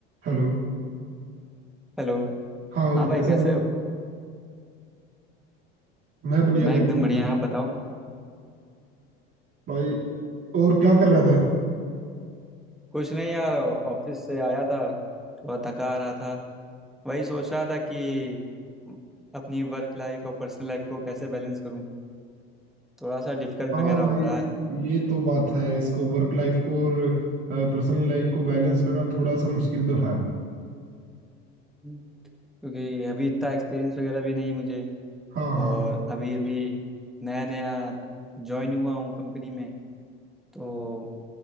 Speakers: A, on the right; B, in the centre.
A: हेलो
B: Hello
A: हाँ और
B: हाँ भाई
A: कैसा
B: कैसे
A: है भाई
B: हो
A: मैं बढ़िया
B: मैं
A: भाई
B: एकदम
A: तू
B: बढ़िया
A: बता
B: आप बताओ
A: भाई और क्या कर रहा था
B: कुछ नहीं यार ऑफिस से आया था थोड़ा थका आ रहा था वही सोच रहा था कि अपनी वर्क लाइफ और पर्सनल लाइफ को कैसे बैलेंस करूँ थोड़ा सा डिफिकल्ट
A: हाँ
B: वगैरह
A: भाई
B: हो रहा है
A: ये तो बात है इसको वर्क लाइफ को और पर्सनल लाइफ को बैलेंस करना थोड़ा सा मुश्किल तो है
B: हम्म। क्योंकि अभी इतना एक्सपीरियंस वगैरह भी नहीं मुझे
A: हाँ हाँ
B: और अभी अभी नया नया ज्वाइन हुआ हूँ कंपनी में तो